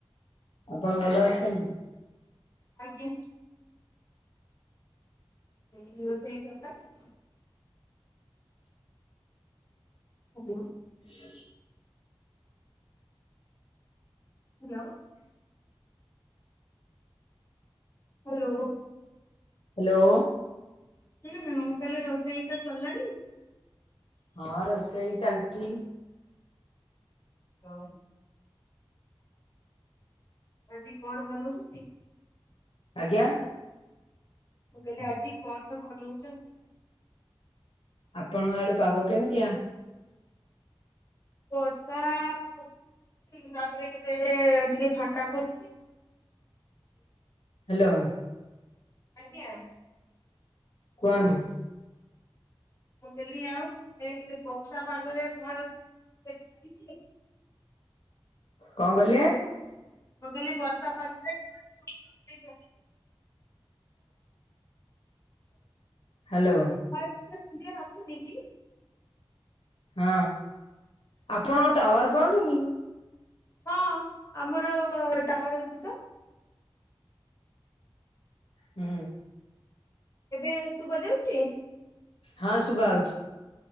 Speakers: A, on the left; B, on the left.
A: ଆପଣ ଭଲ ଅଛନ୍ତି?
B: ଆଜ୍ଞା ହେଇନି, ରୋଷେଇ ସରିଲାଣି? ହାଲୋ।
A: <unintelligible>
B: ହାଲୋ। ହାଲୋ।
A: ହାଲୋ।
B: ହୁଁ, ମୁଁ କହିଲି ରୋଷେଇ ହେଇକା ସରିଲାଣି?
A: ହଁ, ରୋଷେଇ ଚାଲିଚି।
B: <unintelligible> ଆଜି କଣ ବନଉଚନ୍ତି?
A: ଆଜ୍ଞା।
B: ମୁଁ କହିଲି ଆଜି କଣ ବନଉଚନ୍ତି?
A: ଆପଣଙ୍କ ଆଡେ ପାଗ କେମିତିଆ?
B: ବର୍ଷା ହଉଚି, ତାପରେ କେତେବେଳେ ଟିକେ ଫାଙ୍କା କରୁଚି।
A: ହାଲୋ।
B: ଆଜ୍ଞା।
A: କୁହନ୍ତୁ?
B: ମୁଁ କହିଲି ଆଉ, ଏଇ ବର୍ଷା ପାଗରେ କଣ ସବୁ ଚାଲିଚି?
A: କଣ କହିଲେ?
B: ମୁଁ କହିଲି ବର୍ଷା ପାଗରେ କଣ ସବୁ ବନେଇଚନ୍ତି?
A: ହାଲୋ।
B: ଭାଇ ସେଇଟା କ୍ଲ୍କିଅର ଆସୁନିକି?
A: ହଁ, ଆପଣଙ୍କ ଟାୱାର ପାଉନି କି?
B: ହଁ, ଆମର ଅ ଟାୱାର ଅଛି ତ।
A: ହୁଁ।
B: ଏବେ ଶୁବା ଯାଉଚି?
A: ହଁ, ଶୁଭା ଆଉଛି।